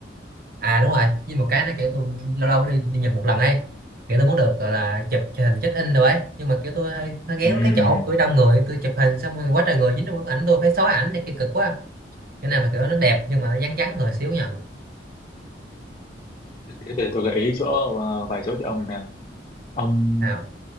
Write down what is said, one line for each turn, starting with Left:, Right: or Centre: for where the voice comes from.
Right: à đúng rồi với một cái nó kiểu tôi lâu lâu mới đi, đi Nhật một lần ấy kiểu tôi muốn được gọi là chụp hình check in rồi ấy nhưng mà kiểu tôi hơi, hơi ngán
Left: Ừm.
Right: cái chỗ của đông người tôi chụp hình xong rồi quá trời người dính trong bức ảnh tôi phải xóa ảnh này kia cực quá cái này mà kiểu nó đẹp nhưng mà nó vắng vắng người xíu nha
Left: Thế thì tôi gợi ý chỗ ờ, vài chỗ cho ông nè ông
Right: sao